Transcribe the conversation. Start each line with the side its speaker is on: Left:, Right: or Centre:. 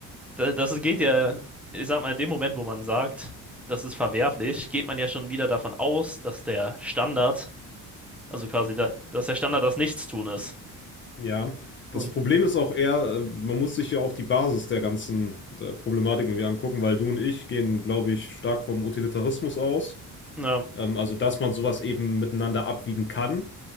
Centre: da- das geht ja, ich sag mal, in dem Moment, wo man sagt, das ist verwerflich, geht man ja schon wieder davon aus, dass der Standard, also quasi, da, dass der Standard das Nichtstun ist.
Left: Ja.
Centre: So,
Left: Das Problem ist auch eher, äh, man muss sich ja auch die Basis der ganzen der Problematik irgendwie angucken, weil du und ich gehen, glaube ich, stark vom Utilitarismus aus.
Centre: na,
Left: Ähm, also, dass man sowas eben miteinander abwiegen kann